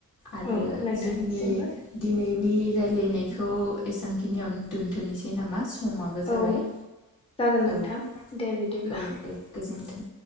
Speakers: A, on the left; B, on the left.
A: आरो
B: औ नोंथांनिसिमबो
A: जोंनि दिनै दिनैनिनि रायलायनायखौ एसेबांखिनियावनो दोन्थ'नोसै नामा समाबो जाबाय
B: औ जागोन नोंथां
A: औ औ
B: दे बिदिब्ला
A: दे गोजोन्थों।